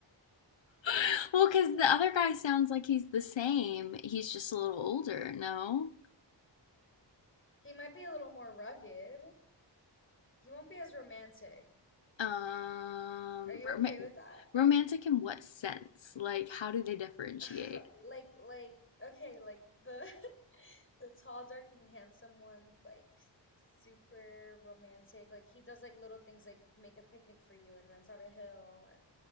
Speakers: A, on the left (about 85°); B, on the left (about 30°).
A: <laughs> Well, because
B: <laughs>
A: the other guy sounds like he's the same. He's just a little older, no?
B: He might be a little more rugged. He won't be as romantic.
A: Um,
B: Are you
A: rom-
B: okay with that? <laughs>
A: romantic in what sense? Like, how do they differentiate?
B: Uh, like like okay, like the <laughs> the tall, dark, and handsome one's like super romantic. Like he does like little things like make a picnic for you and rents out a hill and